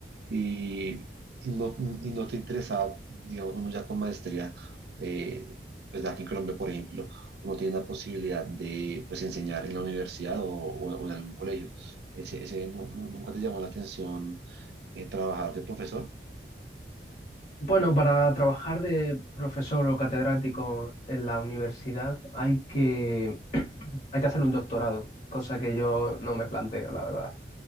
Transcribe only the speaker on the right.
y, y no, y no te interesaba, digamos, uno ya con maestría, eh, pues aquí en Colombia, por ejemplo, uno tiene la posibilidad de pues, enseñar en la universidad o, o- o en algún colegio. Ese, ese no- no- nunca te llamó la atención eh, trabajar de profesor.